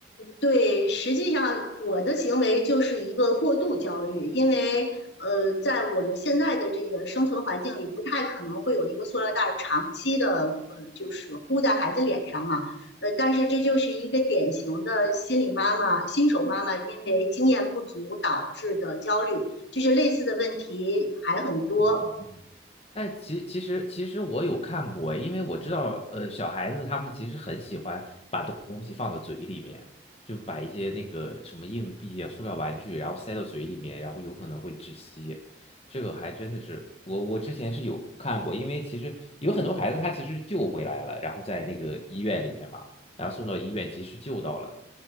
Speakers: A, on the left (about 65°); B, on the left (about 30°).
A: 对，实际上我的行为就是一个过度焦虑，因为呃，在我们现在的这个生存环境里，不太可能会有一个塑料袋长期的呃，就是呼在孩子脸上嘛。呃，但是这就是一个典型的心理妈妈、新手妈妈因为经验不足导致的焦虑，就是类似的问题还很多。
B: 嗯但其其实其实我有看过，因为我知道，呃，小孩子他们其实很喜欢把东东西放到嘴里面，就把一些那个什么硬币啊、塑料玩具，然后塞到嘴里面，然后有可能会窒息。这个还真的是，我我之前是有看过，因为其实有很多孩子他其实救回来了，然后在那个医院里面嘛，然后送到医院及时救到了。